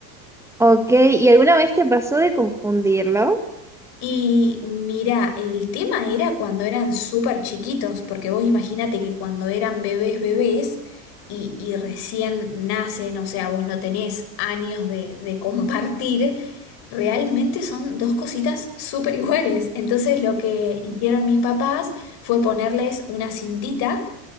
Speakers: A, in the centre; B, on the left.
A: Ok, ¿y alguna vez te pasó de confundirlo?
B: Y mira, el tema era cuando eran súper chiquitos, porque vos imagínate que cuando eran bebés, bebés, y, y recién nacen, o sea, vos no tenés años de, de compartir, realmente son dos cositas súper iguales. Entonces lo que hicieron mis papás fue ponerles una cintita